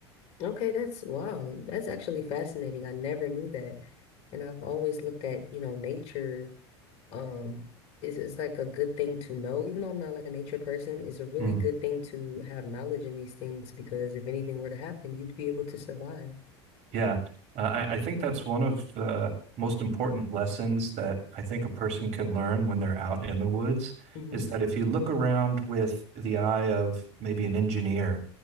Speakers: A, on the left; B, on the right.
A: Okay, that's wow. That's actually fascinating. I never knew that. And I've always looked at, you know, nature, um, is is like a good thing to know. Even though I'm not like a nature person, it's a really
B: Mm.
A: good thing to have knowledge in these things because if anything were to happen, you'd be able to survive.
B: Yeah, uh, I, I think that's one of the most important lessons that I think a person can learn when they're out in the woods
A: Mm-hmm.
B: is that if you look around with the eye of maybe an engineer,